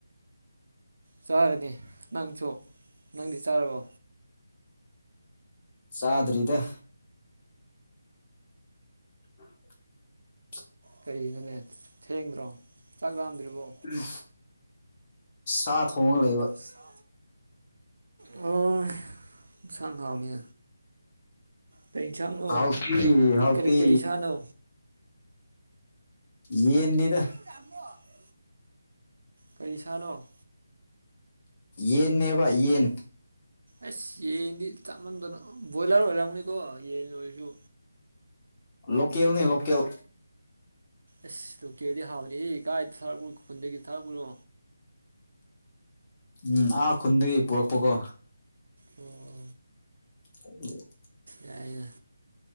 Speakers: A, on the right (about 75°); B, on the left (about 30°).
A: ꯆꯥꯔꯅꯤ ꯅꯪꯁꯨ ꯅꯪꯗꯤ ꯆꯥꯔꯕꯣ
B: ꯆꯗꯔꯤꯗ ꯍꯣꯏ
A: ꯀꯅꯣꯅꯦ ꯊꯦꯡꯗ꯭ꯔꯣ ꯆꯥꯛ ꯂꯥꯝꯗ꯭ꯔꯤꯕꯣ
B: ꯎ ꯁꯥ ꯊꯣꯡ ꯂꯩꯕ
A: ꯁꯥ ꯑꯣ ꯁꯪꯥꯎꯅꯤ ꯀꯩ ꯏꯟꯁꯥꯡꯅꯣ
B: ꯍꯥꯎꯇꯤ
A: ꯀꯩ ꯀ
B: ꯍꯥꯎꯇꯤ
A: ꯀꯔꯤ ꯀꯔꯤ ꯁꯥꯅꯣ
B: ꯌꯦꯟꯅꯤꯗ
A: <unintelligible> ꯀꯔꯤꯁꯥꯅꯣ
B: ꯌꯦꯟꯅꯦꯕ ꯌꯦꯟ
A: ꯑꯁ ꯌꯦꯟꯗꯤ ꯆꯥꯃꯟꯗꯅ ꯕꯣꯏꯂꯔ ꯑꯣꯏꯔꯝꯒꯅꯤꯀꯣ ꯌꯦꯟ ꯑꯣꯏꯔꯁꯨ
B: ꯂꯣꯀꯦꯜꯅꯦ ꯂꯣꯀꯦꯜ
A: ꯑꯁ ꯌꯣꯀꯦꯜꯗꯤ ꯍꯥꯎꯅꯤꯌꯦ ꯀꯥꯏꯗ ꯊꯥꯔꯛꯄꯣ ꯈꯨꯟꯗꯒꯤ ꯊꯥꯔꯛꯄꯨꯔꯣ
B: ꯎꯝ ꯑꯥ ꯈꯨꯟꯗꯒꯤ ꯄꯨꯔꯛꯄꯀꯣ
A: ꯑꯣ
B: <unintelligible>
A: ꯌꯥꯏꯅ